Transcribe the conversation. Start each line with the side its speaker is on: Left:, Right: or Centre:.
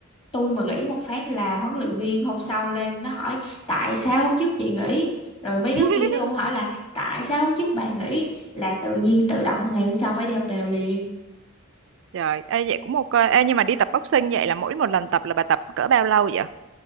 Left: tôi mà nghỉ một phát là huấn luyện viên hôm sau lên nó hỏi tại sao hôm trước chị nghỉ rồi mấy đứa
Right: <laughs>
Left: kia nó
Right: ơi,
Left: cũng hỏi là tại sao hôm trước bà nghỉ là tự nhiên tự động ngày hôm sau phải đi học đều liền
Right: trời ê, vậy cũng ok ê, nhưng mà đi tập boxing vậy là mỗi một lần tập là bà tập cỡ bao lâu vậy